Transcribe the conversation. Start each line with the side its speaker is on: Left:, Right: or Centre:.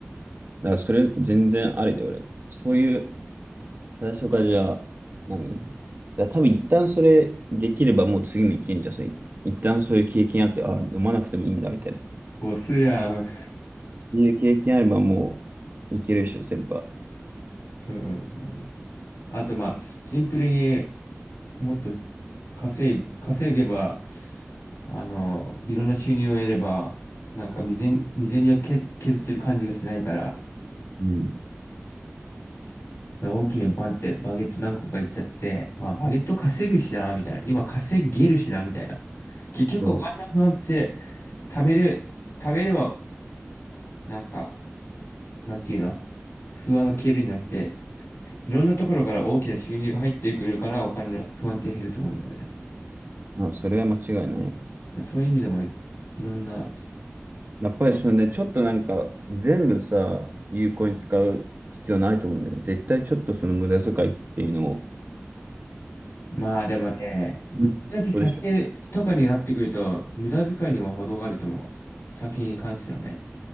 Right: からそれ、全然ありで、俺も。そういう最初からじゃあ、何だから多分一旦それできればもう次もいけんじゃん。それ一旦そういう経験あって、あ、飲まなくてもいいんだみたいな。っ
Left: ボスやん。
Right: ていう経験あればもういけるでしょ、先輩。
Left: うん、まあね。あと、まあ、シンプルにもっと稼い、稼げば、あの、いろんな収入を得れば、なんか未然、未然にはけ削ってる感じがしないから、
Right: うん。
Left: 大きなバンってバゲット何個かいっちゃって、まあ、バゲット稼ぐしな、みたいな。今稼げるしな、みたいな。結局お金の不安って、
Right: そう。
Left: 貯める、貯めれば、なんか、なんていうの、不安が消えるんじゃなくて、いろんなところから大きな収入が入ってくるから、お金の不安って減ると思うんだよね。
Right: まあ、それは間違いない。
Left: そういう意味でもい、いろんな、
Right: やっぱりそのね、ちょっとなんか全部さ、有効に使う必要ないと思うんだよね。絶対ちょっとその無駄遣いっていうのも、
Left: まあでもね、ぶっちゃけ酒とかになってくると、
Right: うん、そうでしょ。
Left: 無駄遣いには程があると思う。酒に関してはね。